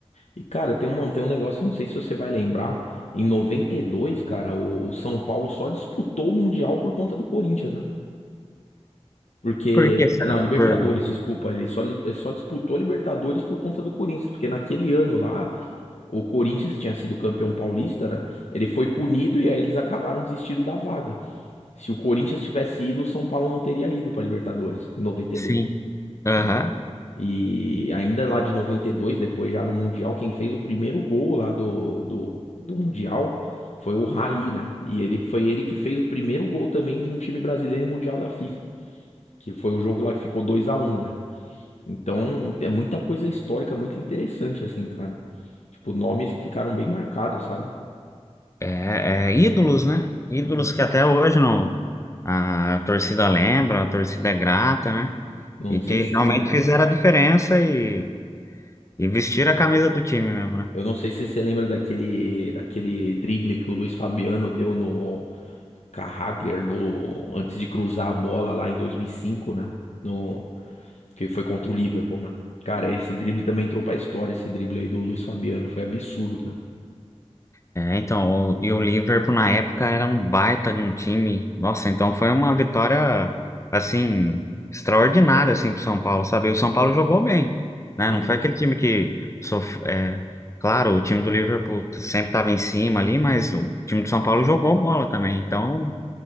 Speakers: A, on the left; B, on the left.
A: E, cara, tem um, tem um negócio, eu não sei se você vai lembrar. Em 92, cara, o, o São Paulo só disputou o Mundial por conta do Corinthians, né? Porque.
B: Por que, cara?
A: Não, a Libertadores, desculpa. Ele só, li- ele só disputou a Libertadores por conta do Corinthians. Porque naquele ano lá, o Corinthians tinha sido campeão paulista, né? Ele foi punido e aí eles acabaram desistindo da vaga. Se o Corinthians tivesse ido, o São Paulo não teria ido pra Libertadores em 92,
B: Sim. Aham.
A: né? E ainda lá de 92, depois já no Mundial, quem fez o primeiro gol lá do, do, do Mundial foi o Raí, né? E ele foi ele que fez o primeiro gol também de um time brasileiro em Mundial da FIFA que foi o jogo lá que ficou dois a um né? Então, é muita coisa histórica, muito interessante, assim, cara. Tipo, nomes que ficaram bem marcados, sabe?
B: É, é, ídolos, né? Ídolos
A: Uhum.
B: que até hoje não, a torcida lembra, a torcida é grata, né?
A: Não
B: E que
A: sei se,
B: realmente
A: é,
B: fizeram a diferença e, e vestiram a camisa do time mesmo, né?
A: eu não sei se você lembra daquele, daquele drible que o Luiz Fabiano deu no Carragher do, antes de cruzar a bola lá em 2005, né? No, que foi contra o Liverpool, né? Cara, esse drible também entrou pra história, esse drible aí do Luiz Fabiano, foi absurdo, cara.
B: É, então, o- e o Liverpool na época era um baita de um time. Nossa, então foi uma vitória assim extraordinária assim pro São Paulo, sabe? O São Paulo jogou bem, né?
A: Sim.
B: Não foi aquele time que sof... é, claro, o time do Liverpool sempre estava em cima ali, mas o time do São Paulo jogou bola também, então